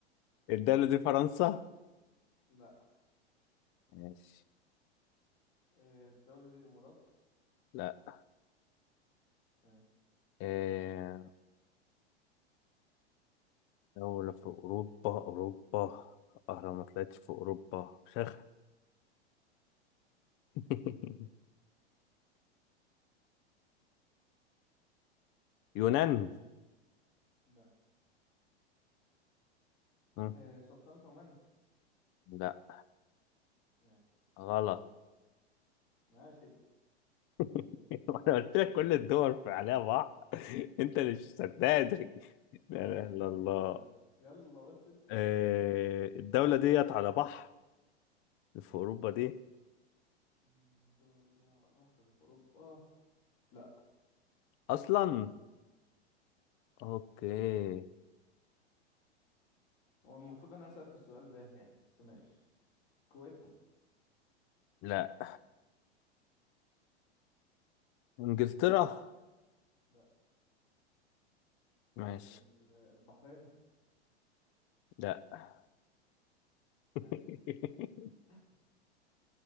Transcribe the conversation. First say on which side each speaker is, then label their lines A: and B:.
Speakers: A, on the left (about 35°); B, on the left (about 55°).
A: الدولة دي فرنسا
B: لا
A: ماشي
B: آه الدولة دي الامارات
A: لا
B: ماشي
A: آه. دولة في أوروبا أوروبا أه لو ما طلعتش في أوروبا شخ <laughs> يونان
B: لا
A: ها؟
B: آه سلطنة عمان
A: لا
B: ماشي
A: غلط
B: ماشي
A: <laughs> أنا قلت
B: <laughs>
A: لك كل الدول في عليها بحر <laughs> أنت اللي مش صدقني <laughs>
B: ماشي
A: لا إله إلا
B: ماشي
A: الله
B: يلا يلا بس اسأل
A: آه، الدولة ديت على بحر في أوروبا دي
B: الدول دي على بحر في اوروبا لا
A: أصلا أوكي
B: هو المفروض انا سألت السؤال ده يعني بس ماشي الكويت
A: لا إنجلترا
B: ماشي لا
A: ماشي
B: ال- البحرين
A: لا <laughs>
B: ماشي <laughs>